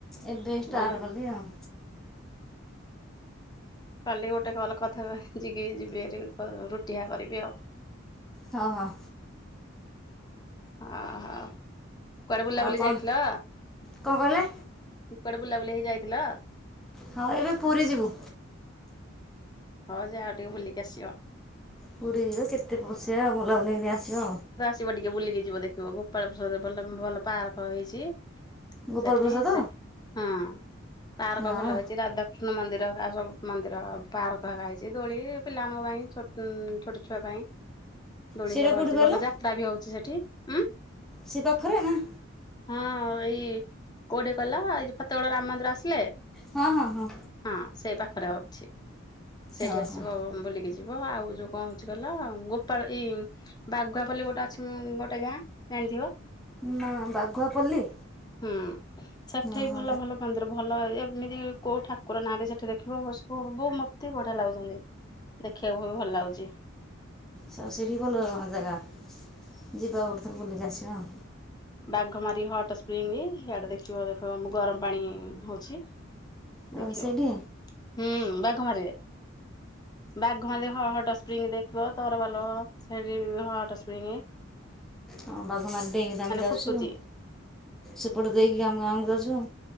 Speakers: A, in the centre; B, on the left (about 20°).
A: ଏବେ ଷ୍ଟାର୍ଟ
B: ଗଲେ
A: କଲି ଆଉ।
B: କାଲି ଗୋଟେ କଲ୍ କଥା ଟା ଯିବି ଯିବି ଭାରି କ-ରୁଟି ହା କରିବି ଆଉ।
A: ହଁ, ହଁ।
B: ଓହୋ, କୁଆଡେ ବୁଲାବୁଲି
A: ଆଉ କଣ
B: ଯାଇଥିଲ?
A: କଣ କହିଲେ?
B: ଉଁ, କୁଆଡେ ବୁଲାବୁଲି ହେଇ ଯାଇଥିଲ?
A: ହଁ ଏବେ ପୁରୀ ଯିବୁ।
B: ହଁ ଯାଅ ଟିକେ ବୁଲିକି ଆସିବ।
A: ପୁରୀ ଯିବୁ କେତେ ବସିବା ବୁଲାବୁଲି କିରି ଆସିବା।
B: ଯିବ ଟିକେ ବୁଲିକି ଯିବ ଦେଖିବ ଗୋପାଳ ପ୍ରସାଦ ଭଲ ଭଲ ପାର୍କ ହେଇଛି।
A: ଗୋପାଳ
B: ସେଠି
A: ପ୍ରସାଦ
B: ସେଠି ହଁ ପାର୍କ
A: ହଁ
B: ଭଲ ହେଇଛି ରାଧା କୃଷ୍ଣ ମନ୍ଦିର ଏକା ସବୁ ମନ୍ଦିର ପାର୍କ ହେକା ହେଇଛି, ଦୋଳି ପିଲାମାନଙ୍କ ପାଇଁ ଛୋଟ ଅଁ, ଛୁଆ ପାଇଁ। ଦୋଳି
A: ସେଇଟା
B: ହେକା ପଡିଚି
A: କୋଉଠି କହିଲ
B: ଭଲ, ଯାତ୍ରା ବି ହଉଛି ସେଠି, ଉଁ,।
A: ସେ ପାଖରେ ନା
B: ହଁ ଏଇ କୋଉଠି କଲ ଏଇ ଯୋଉ ଫ ତେଗଡ ରାମ ମନ୍ଦିର ଆସିଲେ
A: ହଁ ହଁ ହଁ
B: ହଁ ସେଇ ପାଖରେ ଅଛି। ସେଇଠି
A: ହଁ
B: ଆସିବ
A: ହଁ
B: ବୁଲିକି ଯିବ। ଆଉ ଯୋଉ କଣ ହଉଛି କହିଲ ଗୋପାଳ ଏଇ ଉଁ, ବାଗୁଆପଲ୍ଲୀ ଗୋଟେ ଅଛି ଉଁ, ଗୋଟେ ଗାଁ ଜାଣିଥିବ।
A: ନା ବାଘୁଆପଲ୍ଲୀ?
B: ହଁ, ସେଠି
A: ଓହୋ
B: ବି ଭଲ ଭଲ ମନ୍ଦିର ଭଲ ଏମିତି କୋଉ ଠାକୁର ନାହାଁନ୍ତି ସେଠି ଦେଖିବ ଭସ୍ ବ-ବ-ବଉ ମୋତେ ବଢିଆ ଲାଗୁଛନ୍ତି। ଦେଖିବାକୁ ବି ଭଲ ଲାଗୁଚି।
A: ସ ସେଠି ଭଲ ଜାଗା ଯିବା ଗୋଟେ ଥର ବୁଲିକି ଆସିବା।
B: ବାଘ ମାରି ହଟ୍ ସ୍ପ୍ରିଙ୍ଗ ହିଆଡେ ଦେଖିବ ଦେଖବ ଗରମ ପାଣି ହଉଛି।
A: ଆଉ
B: ଦେଖିବ।
A: ସେଇଠି
B: ହୁଁ ବାଘମାରିରେ। ବାଘମାରିରେ ହ ହଟ ସ୍ପ୍ରିଙ୍ଗ ଦେଖିବ ତ ଭଲ ସେଠି ହଟସ୍ପ୍ରିଙ୍ଗ।
A: ହଁ ବାଘମାରି ଡେଇଁକି ତ ଆମେ ଯାଉଛୁ।
B: ଫୁଟୁଛି
A: ସେପଟ ଦେଇକି ଆମେ ଗାଁକୁ ଯାଉଛୁ।